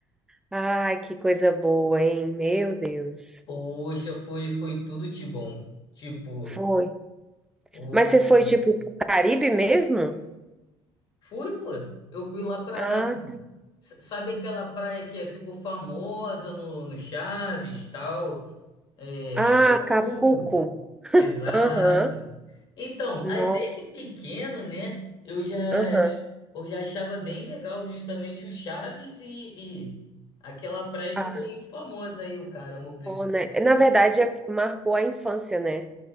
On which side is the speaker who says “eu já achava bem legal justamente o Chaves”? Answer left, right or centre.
Left